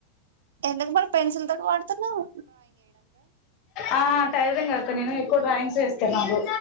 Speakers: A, on the right; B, on the left.
A: ఎందుకు మరి పెన్సిల్ తోటి వాడుతున్నవ్
B: ఆ టైలరింగ్ అక్క నేను ఎక్కువ డ్రాయింగ్స్ వేస్తున్నాను.